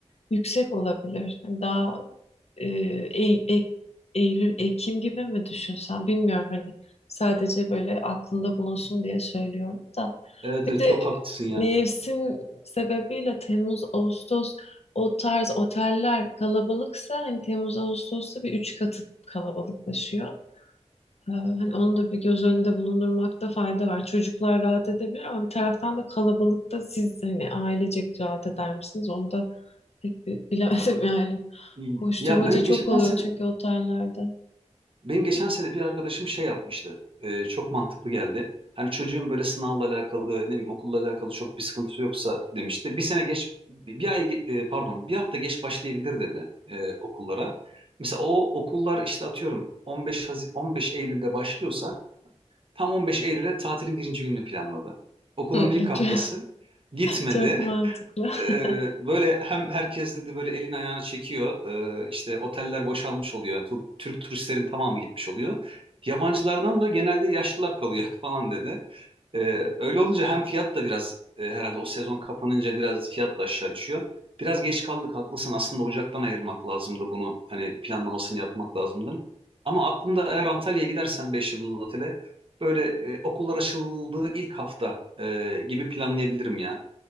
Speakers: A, on the left; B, on the right.
A: yüksek olabilir. Hani daha e, Ey- Ek- Eylül, Ekim gibi mi düşünsen bilmiyorum hani sadece böyle aklında bulunsun diye söylüyorum da.
B: Evet
A: Bir
B: evet
A: de
B: çok
A: e,
B: haklısın ya.
A: mevsim sebebiyle Temmuz, Ağustos o tarz oteller kalabalıksa hani Temmuz, Ağustos'ta bir üç katı kalabalıklaşıyor. Ee, Hani onu da bir göz önünde bulundurmakta fayda var. Çocuklar rahat edebilir ama bir taraftan da kalabalıkta siz hani ailecek rahat eder misiniz? Onu da pek bi- bilemedim <laughs> yani.
B: İyi.
A: Koşturmaca
B: Ya ben
A: çok
B: geçen
A: oluyor
B: sene
A: çünkü otellerde.
B: Benim geçen sene bir arkadaşım şey yapmıştı. Ee, çok mantıklı geldi. Hani çocuğun böyle sınavla alakalı, ne bileyim okulla alakalı çok bir sıkıntısı yoksa demişti. Bir sene geç, bir bir ay, ge- e, pardon, bir hafta geç başlayabilir dedi e, okullara. Mesela o okullar işte atıyorum 15 Hazi- 15 Eylül'de başlıyorsa tam 15 Eylül'e tatilin birinci gününü planladı. Okulun
A: Hı, <laughs>
B: ilk haftası
A: Çok,
B: gitmedi.
A: çok mantıklı.
B: Ee,
A: <laughs>
B: böyle hem herkes dedi böyle elini ayağını çekiyor. Ee, işte oteller boşalmış oluyor. Tur- Türk turistlerin tamamı gitmiş oluyor. Yabancılardan da genelde yaşlılar kalıyor <laughs> falan dedi. Ee, öyle olunca hem fiyat da biraz e, herhalde o sezon kapanınca biraz fiyat da aşağı düşüyor. Biraz geç kaldık haklısın. Aslında Ocak'tan ayırmak lazımdı bunu. Hani planlamasını yapmak lazımdı. Ama aklımda eğer Antalya'ya gidersen 5 yıldızlı otele böyle e, okullar açıldığı ilk hafta e, gibi planlayabilirim ya.